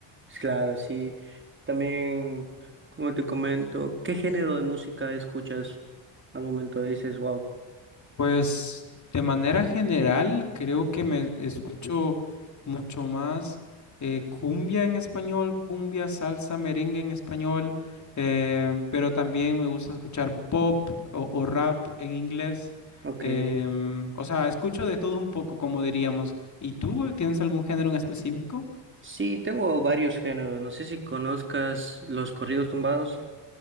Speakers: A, on the right; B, on the left.
A: Claro, sí. También, como te comento, ¿qué género de música escuchas al momento dices, wow?
B: Pues de manera general creo que me escucho mucho más eh, cumbia en español, cumbia, salsa, merengue en español, eh, pero también me gusta escuchar pop o, o rap en inglés.
A: Ok.
B: em, o sea, escucho de todo un poco, como diríamos. ¿Y tú tienes algún género en específico?
A: Sí, tengo varios géneros. No sé si conozcas los corridos tumbados.